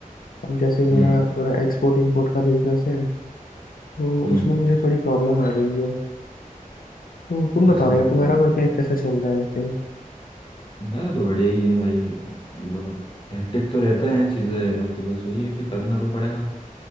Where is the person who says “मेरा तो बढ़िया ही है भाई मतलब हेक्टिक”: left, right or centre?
Left